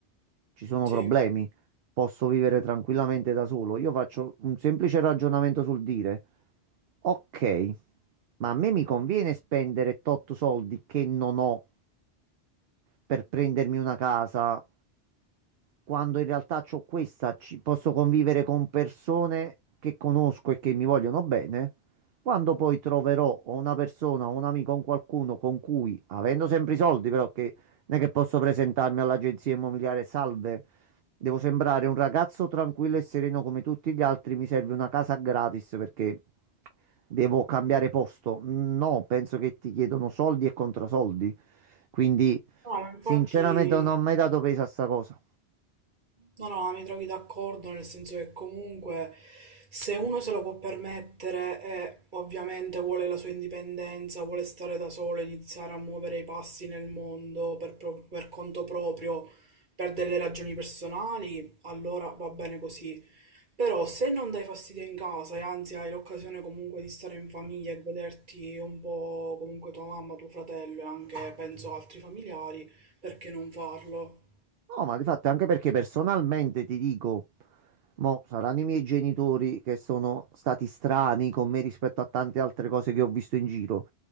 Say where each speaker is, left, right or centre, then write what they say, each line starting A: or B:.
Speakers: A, on the right (about 60°); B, on the right (about 45°).
A: ci sono
B: Sì,
A: problemi, posso vivere tranquillamente da solo. Io faccio un semplice ragionamento sul dire, ok, ma a me mi conviene spendere tot soldi che non ho per prendermi una casa quando in realtà c'ho questa, ci posso convivere con persone che conosco e che mi vogliono bene. Quando poi troverò o una persona, o un amico, o un qualcuno con cui, avendo sempre i soldi, però che non è che posso presentarmi all'agenzia immobiliare, salve, devo sembrare un ragazzo tranquillo e sereno come tutti gli altri, mi serve una casa gratis perché devo cambiare posto. No, penso che ti chiedono soldi e contrasoldi. Quindi,
B: no, ma infatti,
A: sinceramente, non ho mai dato peso a sta cosa.
B: no, no, mi trovi d'accordo nel senso che comunque se uno se lo può permettere e ovviamente vuole la sua indipendenza, vuole stare da solo, iniziare a muovere i passi nel mondo per, pro- per conto proprio, per delle ragioni personali, allora va bene così. Però se non dai fastidio in casa e anzi hai l'occasione comunque di stare in famiglia e goderti un po' comunque tua mamma, tuo fratello e anche penso altri familiari, perché non farlo?
A: No, ma di fatto anche perché personalmente ti dico, mo saranno i miei genitori che sono stati strani con me rispetto a tante altre cose che ho visto in giro,